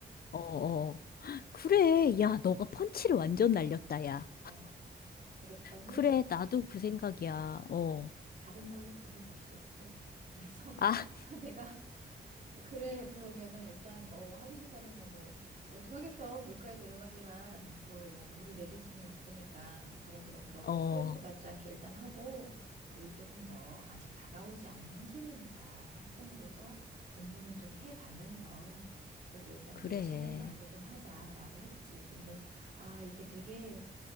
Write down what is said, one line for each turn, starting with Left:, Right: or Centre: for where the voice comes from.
Left: 어, 어. 그래, 야, 너가 펀치를 완전 날렸다, 야.
Right: 어, 그랬더니
Left: 그래, 나도 그 생각이야, 어.
Right: 다른 걸로 돈을 버시겠대. 그래서 <laughs>
Left: 아,
Right: 내가 그래 그러면은 일단 어 하기 싫다는 거 뭐 어떡하겠어 물가에 데려가지만 그걸로 뭐 물을 먹일 수는 없으니까 그래 그럼 너무
Left: 어,
Right: 스트레스 받지 않게 일단 하고 우리 조금 더 아직 다가오지 않은 현실이니까 학생으로서 본부는 좀 해 가면서 그래도 일단
Left: 그래.
Right: 놓치는 말고 좀 하자라고 했지. 근데 아 이게 되게